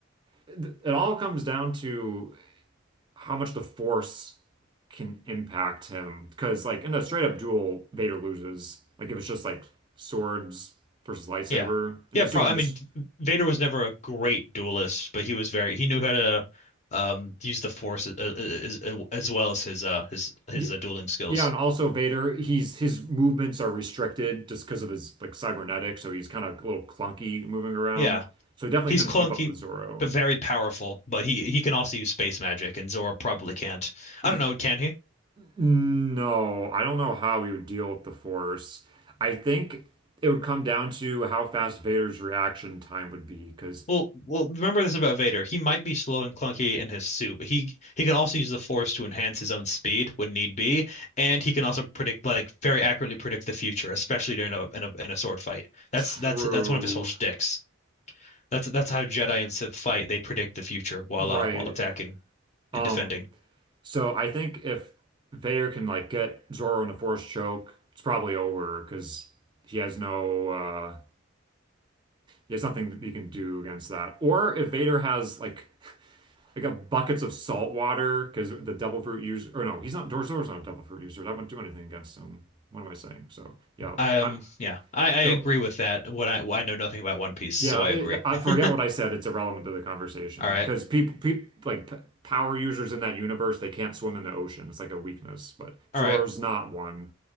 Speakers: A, on the right (about 25°); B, on the left (about 35°).
A: th- it all comes down to how much the Force can impact him. Because like in a straight up duel, Vader loses. Like if it's just like swords versus lightsaber,
B: yeah,
A: and
B: yeah.
A: assuming
B: Probably. I
A: this
B: mean, Vader was never a great duelist, but he was very. He knew how to um use the Force as as, uh, as well as his uh his his
A: Y-
B: uh, dueling skills.
A: Yeah, and also Vader, he's his movements are restricted just because of his like cybernetics, so he's kind of a little clunky moving around.
B: Yeah,
A: So he definitely
B: he's
A: couldn't
B: clunky
A: keep up with Zorro.
B: but very powerful. But he he can also use space magic, and Zora probably can't.
A: Y-
B: I don't know. Can he?
A: No, I don't know how he would deal with the Force. I think it would come down to how fast Vader's reaction time would be, because
B: Well, well, remember this about Vader. He might be slow and clunky in his suit, but he he can also use the Force to enhance his own speed when need be, and he can also predict like very accurately predict the future, especially during a in a in a sword fight. That's
A: true,
B: that's that's one of his whole shticks. That's that's how Jedi and Sith fight. They predict the future while
A: right?
B: uh, while attacking
A: Um,
B: and defending.
A: so I think if Vader can like get Zorro in a Force choke, it's probably over because he has no uh There's nothing that you can do against that. Or if Vader has like <laughs> like a buckets of salt water because the devil fruit user or no, he's not Darth Vader's not a devil fruit user. That wouldn't do anything against him. What am I saying? So yeah,
B: Um,
A: I'm
B: yeah, I I
A: so
B: agree with that. What I I know nothing about One Piece, so
A: yeah.
B: I
A: It,
B: agree.
A: I forget
B: <laughs>
A: what I said. It's irrelevant to the conversation
B: All right,
A: because people people like p power users in that universe they can't swim in the ocean. It's like a weakness, but
B: all
A: Zoro's
B: right.
A: not one.